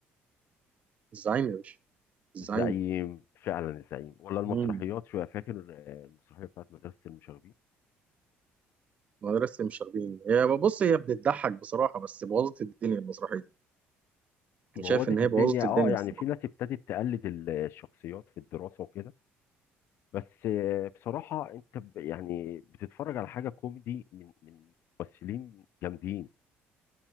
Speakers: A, on the right; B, on the left.
A: الزعيم يا باشا الزعيم
B: الزعيم فعلا الزعيم ولا المسرحيات
A: مم.
B: شوية فاكر آه، المسرحية بتاعت مدرسة المشاغبين
A: مدرسة المشاغبين هي بص هي بتضحك بصراحة بس بوظت الدنيا المسرحية دي
B: بوظت
A: أنا شايف إن هي
B: الدنيا
A: بوظت الدنيا
B: اه يعني
A: الصراحة
B: في ناس ابتدت تقلد ال- الشخصيات في الدراسة وكده بس آه، بصراحة انت ب- يعني بتتفرج على حاجة كوميدي من من ممثلين جامدين